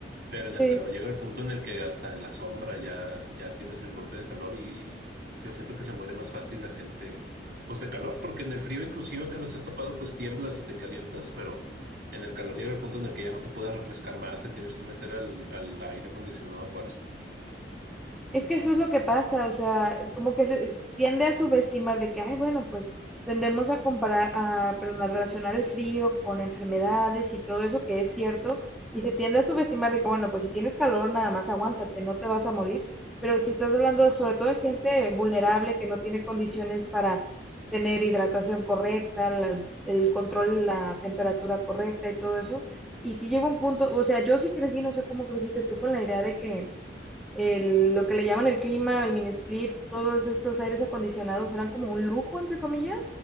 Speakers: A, on the right; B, in the centre.
A: Pero en
B: Sí.
A: el calor llega el punto en el que hasta en la sombra ya, ya tienes el golpe de calor y yo siento que se muere más fácil la gente, pues de calor, porque en el frío inclusive que no estés tapado, pues tiemblas y te calientas, pero en el calor llega el punto en el que ya no te puedes refrescar más, te tienes que meter al, al aire acondicionado a fuerza.
B: Es que eso es lo que pasa, o sea, como que se tiende a subestimar de que, ay, bueno, pues tendemos a comparar, a, perdón, a relacionar el frío con enfermedades y todo eso que es cierto, y se tiende a subestimar de que, bueno, pues si tienes calor, nada más aguántate, no te vas a morir. Pero si estás hablando sobre todo de gente vulnerable que no tiene condiciones para tener hidratación correcta, la- el control, la temperatura correcta y todo eso, y si llega un punto, o sea, yo sí crecí, no sé cómo creciste tú con la idea de que el- lo que le llaman el clima, el mini split, todos estos aires acondicionados eran como un lujo, entre comillas,